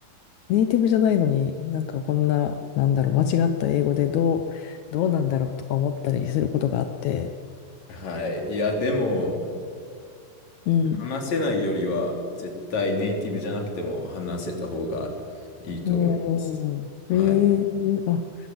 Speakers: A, on the left (about 75°); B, on the left (about 45°).
A: ネイティブじゃないのに、なんかこんな、なんだろう、間違った英語でどう、どうなんだろうとか思ったりすることがあって。
B: はい、いや、でも、
A: うん。
B: 話せないよりは、絶対ネイティブじゃなくても話せた方がいいと思います。
A: おー、
B: はい。
A: えー、あ、